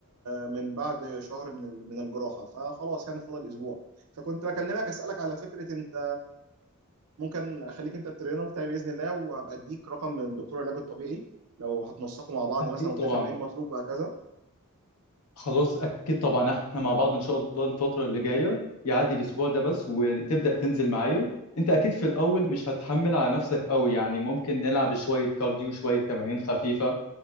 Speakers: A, on the right (about 80°); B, on the left (about 85°).
A: من بعد شهر من ال- من الجراحه فخلاص يعني فاضل اسبوع فكنت بكلمك اسالك على فكره انت ممكن اخليك انت الترينر بتاعي باذن الله وهبقى اديك رقم من دكتور العلاج الطبيعي لو هتنسقوا مع بعض
B: اكيد
A: مثلا وتفهم
B: طبعا
A: ايه المطلوب وهكذا
B: خلاص اكيد طبعا احنا مع بعض ان شاء الله الفتره اللي جايه يعدي الاسبوع ده بس وتبدا تنزل معايا انت اكيد في الاول مش هتحمل على نفسك قوي يعني ممكن نلعب شويه كارديو شويه تمارين خفيفه